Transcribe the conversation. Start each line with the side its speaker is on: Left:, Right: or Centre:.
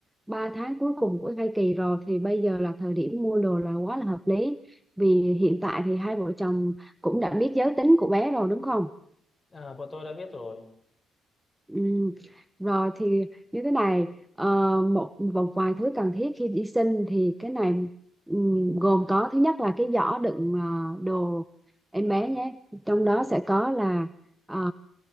Centre: ba tháng cuối cùng của thai kỳ rồi thì bây giờ là thời điểm mua đồ là quá là hợp lý vì hiện tại thì hai vợ chồng cũng đã biết giới tính của bé rồi đúng không
Left: Ờ, bọn tôi đã biết rồi.
Centre: Ừ. Rồi thì như thế này ờ, một một vài thứ cần thiết khi đi sinh thì cái này ừm, gồm có thứ nhất là cái giỏ đựng ờ, đồ em bé nhé trong đó sẽ có là ờ,